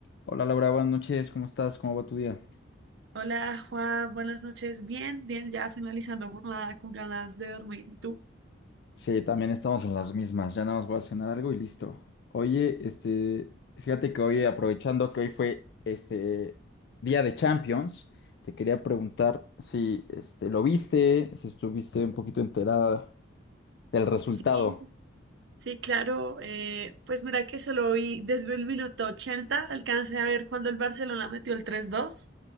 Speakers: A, on the left; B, on the right.
A: Hola Laura, buenas noches, ¿cómo estás? ¿Cómo va tu día?
B: Hola Juan, buenas noches. Bien, bien, ya finalizando jornada con ganas de dormir. ¿Y tú?
A: Sí, también estamos en las mismas, ya nada más voy a cenar algo y listo. Oye, este, fíjate que hoy, aprovechando que hoy fue este día de Champions, te quería preguntar si este lo viste, si estuviste un poquito enterada del resultado.
B: Sí, Sí, claro. eh, pues mira que solo vi desde el minuto ochenta alcancé a ver cuando el Barcelona metió el tres dos